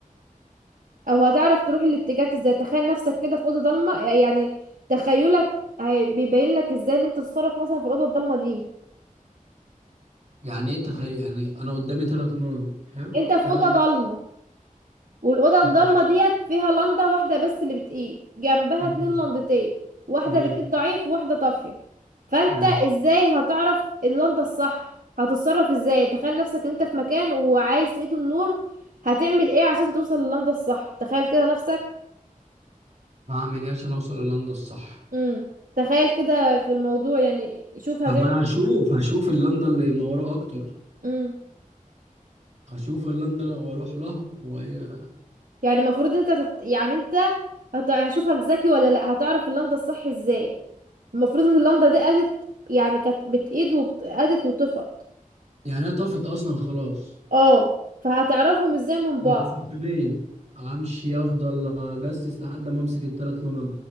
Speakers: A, on the right (about 70°); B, on the right (about 55°).
A: او هتعرف تروح الاتجاهات ازاي تخيل نفسك كده في اوضه ضلمه يعني تخيلك هي- بيبين لك ازاي ان انت تتصرف مثلا في الاوضه الضلمه دي
B: يعني ايه تخيل يعني انا قدامي ثلاث نقط حلو
A: انت في
B: ثلاث
A: اوضه ضلمه والاوضه
B: حلو
A: الضلمه ديت فيها لنده واحده بس اللي بتقيد جنبها
B: ماشي
A: اتنين لندتين واحده
B: ماشي
A: بتقيد ضعيف وواحده طافيه فانت
B: ماشي
A: ازاي هتعرف اللنده الصح هتتصرف ازاي تخيل نفسك ان انت في مكان وعايز تقيد النور هتعمل ايه عشان توصل للنده الصح تخيل كده نفسك
B: هعمل ايه عشان اوصل للندة الصح
A: امم تخيل كده في الموضوع يعني شوف هتعمل
B: طب ما انا هشوف هشوف اللندة اللي منورة اكتر
A: امم
B: هشوف اللندة لو اروح لها وهي
A: يعني المفروض انت تت... يعني انت هت... هشوفك ذكي ولا لا هتعرف اللنده الصح ازاي المفروض ان اللنده دي قادت يعني كانت بتقيد وقادت وطفت
B: يعني هي طافت اصلا خلاص
A: اه فهتعرفهم ازاي من
B: بالصقلية
A: بعض
B: امشي افضل اجسس لحد ما امسك الثلاث لونات